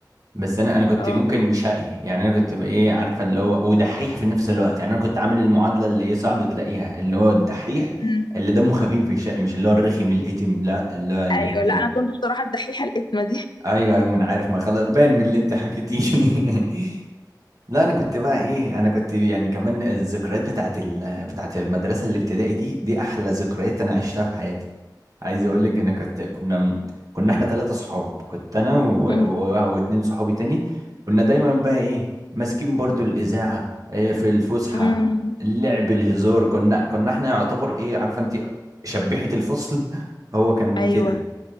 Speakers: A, on the right; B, on the left.
A: بس انا انا كنت
B: اه
A: ممكن شقي يعني انا كنت ايه عارفه اللي هو ودحيح في نفس الوقت يعني انا كنت عامل المعادله اللي ايه صعب تلاقيها اللي هو الدحيح
B: امم
A: اللي دمه خفيف في الشقي مش اللي هو الرخم الاتم لا اللي هو الاتنين
B: ايوه لا انا كنت بصراحه الدحيحه الاتمه دي
A: ايوه ايوه ما انا عارف ما خلاص باين من اللي انت حكيتيه <laughs> لا انا كنت بقى ايه انا كنت يعني كمان الذكريات بتاعت ال... بتاعت المدرسه الابتدائي دي دي احلى ذكريات انا عشتها في حياتي عايز اقول لك انا كنت كنا من... كنا احنا ثلاثه صحاب كنت انا و...
B: امم
A: و... واتنين صحابي تاني كنا دايما بقى ايه ماسكين برضو الاذاعه إيه في الفسحه
B: امم
A: اللعب الهزار كنا كنا احنا يعتبر ايه عارفه انت شبيحه الفصل <laughs> هو كان
B: ايوه
A: كده